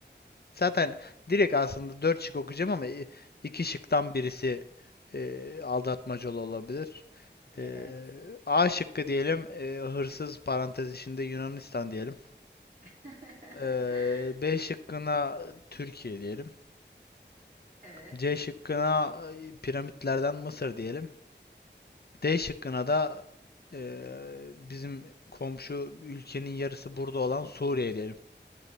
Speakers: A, on the left; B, on the right.
A: Zaten direkt aslında 4 şık okuyacağım ama i- iki şıktan birisi e, aldatmacalı olabilir.
B: Evet.
A: E, A şıkkı diyelim, e, hırsız parantez içinde Yunanistan diyelim.
B: <laughs>
A: E, B şıkkına Türkiye diyelim.
B: Evet.
A: C şıkkına e, piramitlerden Mısır diyelim. D şıkkına da e, bizim komşu ülkenin yarısı burada olan Suriye diyelim.